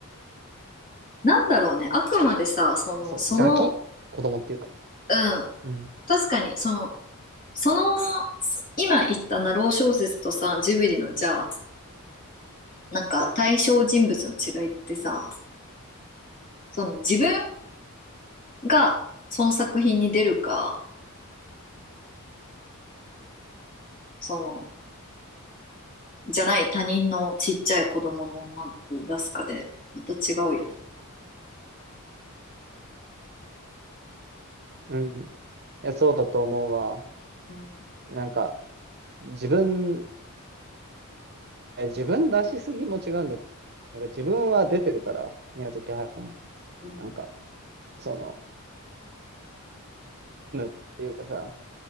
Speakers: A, on the left; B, on the right.
A: なんだろうね。あくまでさ、その、
B: そのガキ、
A: その、
B: 子供っていうか。
A: うん。
B: うん。
A: 確かに、その、その、今言ったナロー小説とさ、ジブリのじゃあ、なんか対象人物の違いってさ、その自分がその作品に出るか、その、じゃない他人のちっちゃい子供の女の子を出すかで、また違うよね。
B: うん。いや、そうだと思うわ。
A: うん、
B: なんか、自分、え自分出しすぎも違うんだけど、なんか自分は出てるから、宮崎駿も。
A: うん、
B: なんか、その、っていうかさ、